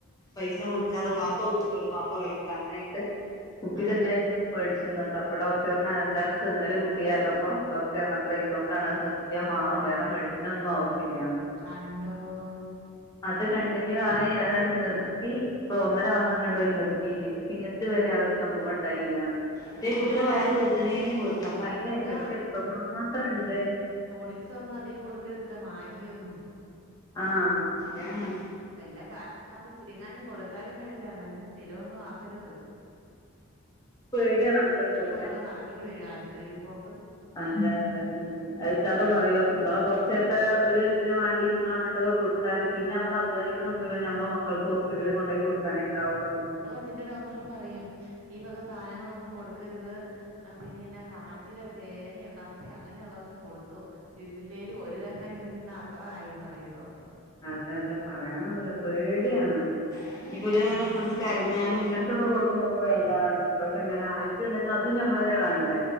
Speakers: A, on the left (about 15°); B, on the right (about 85°).
A: പൈസ
B: ആഹ്
A: കൊടുക്കാതെ വാപ്പ കൊ ടുക്കും ബാപ്പ ഗൾഫിലാ അങ്ങനെ കുട്ടി
B: ആഹ്
A: ഇതെങ്ങനെ പേടിച്ചുന്നത്ര അപ്പൊ ഡോക്ടർ പർഞ്ഞ് ഏതാണ് തിന്നല് കു ട്ടീർഞ്ഞപ്പോ ഡോ ക്ടർ ഞ്ഞത്രെ ഇതൊണ്ടാണ് അത് നിർത്തിയാ മാറും വേറെ മെഡിസിനൊന്നും ആവശ്യല്ലാന്ന്.
B: കണ്ടോ ആഹ്
A: അത് കണ്ടിന്യൂ ആയി അത്ണ്ട് നിർത്തി പ്പൊ ഒന്നര മാസം എങ്ങണ്ടായി നിർത്തിട്ട്. പിന്നെ ഇതുവരെ ആ ഒര് സംഭവം ഇണ്ടായില്ലാന്ന്. ഇതേ കുട്ടിൻ്റെ
B: ആഹ്
A: വയർ വെർതനേ വീർക്ക അപ്പ
B: അതുവല്ല
A: അയ്ന്റെ എഫക്റ്റ് എത്ര മാത്രംണ്ട്.
B: ന്യൂഡിൽസൊന്നും അധികം കൊടുക്കരുത്ട്ടാ മാഗിയൊന്നും
A: ആഹ് താണ്
B: വല്ലാ കാലത്ത്ങ്ങാനും ഇച്ചിരിങ്ങാനും കൊടുത്താലും വേണ്ടില്ല. എന്നാലും സ്ഥിരമൊന്നും ആക്കരുത്.
A: പേടിയാണ് അങ്ങൻത്തെക്കെ കൊട്
B: പൊറകെ നടക്കണ്ടി വരും ആശുപത്രിപ്പോ
A: അതെ അതെ ഉം. അയ് ഇക്കാക്ക പറയും ഇങ്ങളെ കൊർച്ചേരത്തെ ഒരു ഇതിന് വാണ്ടിട്ട് ഇങ്ങളങ്ങൻത്തൊക്കെ കൊട്ത്താല് പിന്നെ അമ്മള് അധ്വാനിക്ക ക്ക്ണ മുഴുവൻ നമ്മളെ മക്കൾക്ക് ഹോസ്പിറ്റലിൽ കൊണ്ടേ കൊട്ക്കാനേ ഇണ്ടാവുള്ളൂ.
B: ത്തിന്റെ ഡോക്ടറും പറയും ഈ വക സാനങ്ങളൊന്നും കൊടുക്കര്ത്. ആ പിന്നെ കാച്ചിലോ ചേനയോ കപ്പയോ അങ്ങനെയുള്ളക്കെ കൊടു ത്തു തിന്നില്ലേല് ഒരു കഷ്ണെങ്കിലും തിന്നാ അത്ര ആയിന്ന് പറയും ഡോക്ടർ
A: അതെ അതെ പറയാനൊന്നുല്ല പേടിയാണ്
B: ഉം
A: ന്ന് <unintelligible> കരഞ്ഞാലും ഇങ്ങൻത്തൊക്കെ കൊടുക്ക്മ്പാ നമ്മക്ക് ബേജാറാണ്. കുട്ടൾക്കെന്തേലും ആയിട്ട്ണ്ടെങ്കി അതും നമ്മളെന്നെ കാണണ്ടേ.